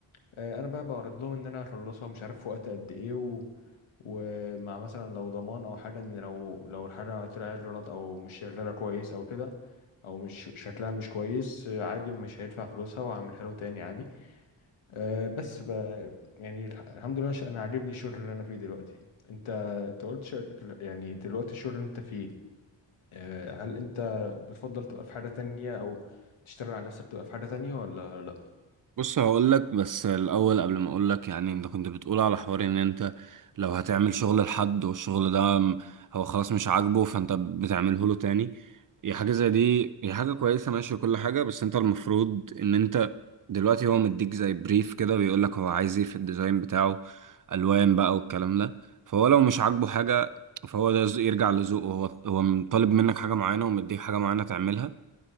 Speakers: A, on the left; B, on the right.
A: آه، انا بقى بعرض لهم ان انا هخلصها مش عارف في وقت قد ايه و... ومع مثلا لو ضمان او حاجه ان لو لو الحاجه طلعت غلط او مش شغاله كويس او كده او مش شكلها مش كويس آه، عادي مش هيدفع فلوسها وهعملها له تاني عادي أه بس ب... يعني الح- الحمد لله ش- انا عاجبني الشغل اللي انا فيه دلوقتي انت انت قلت شغل... يعني دلوقتي الشغل اللي انت فيه أه هل انت بتفضل تبقى في حاجه تانية او تشتغل على نفسك تبقى في حاجه تانية ولا لا
B: بص هقول لك بس الاول قبل ما اقول لك يعني انت كنت بتقول على حوار ان انت لو هتعمل شغل لحد والشغل ده م- هو خلاص مش عاجبه فانت بتعمله له تاني هي حاجه زي دي هي حاجه كويسه ماشي وكل حاجه بس انت المفروض ان انت دلوقتي هو مديك زي بريف كده بيقول لك هو عايز ايه في الديزاين بتاعه الوان بقى والكلام ده فهو لو مش عاجبه حاجه فهو ده يرجع لذوقه هو هو طالب منك حاجه معينه ومديك حاجه معينه تعملها